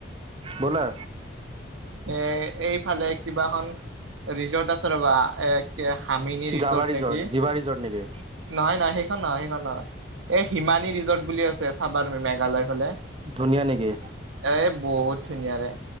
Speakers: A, on the right; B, on the right.
A: ব'লা
B: এ এইফালে কিবা‌ এখন ৰিজৰ্ট আছে ৰ'বা এ হামিনী ৰিজৰ্ট
A: যাবা
B: নেকি
A: জিবা ৰিজৰ্ট নেকি
B: নহয় নহয় সেইখন নহয় সেইখন নহয় এই হিমানী ৰিজৰ্ট বুলি আছে চাবা তুমি মেঘালয় ফালে
A: ধু ধুনীয়া নেকি
B: এ বহুত ধুনীয়া বে